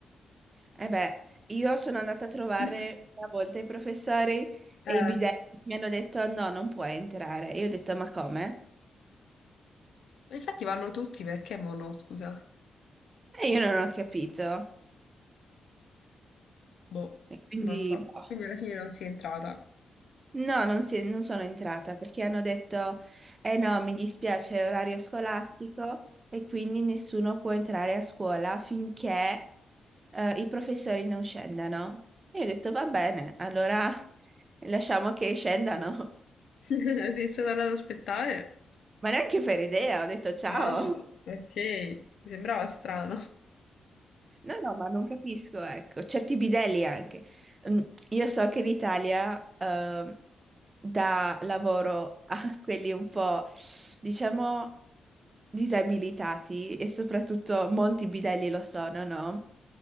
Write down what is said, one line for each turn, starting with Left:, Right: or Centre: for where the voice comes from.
Right: Eh beh, io sono andata a trovare
Left: <coughs>
Right: una volta i professori
Left: Eh,
Right: e i bidelli mi hanno detto no, non puoi entrare. E io ho detto ma come?
Left: ma infatti vanno tutti perché mo no, scusa.
Right: E io non ho capito.
Left: Boh,
Right: E quindi
Left: non lo so.
Right: boh,
Left: Quindi alla fine non sei entrata.
Right: no, non, si- non sono entrata perché hanno detto eh no, mi dispiace, è orario scolastico e quindi nessuno può entrare a scuola finché eh, i professori non scendano. E io ho detto va bene, allora <laughs> lasciamo che scendano.
Left: <laughs> Sei stata là ad aspettare?
Right: Ma neanche per idea, ho detto ciao.
Left: Ah, ok, mi sembrava strano.
Right: No, no, ma non capisco, ecco, certi bidelli anche. Mm, Io so che l'Italia ehm, dà lavoro a <laughs> quelli un po', diciamo, disabilitati e soprattutto molti bidelli lo sono, no?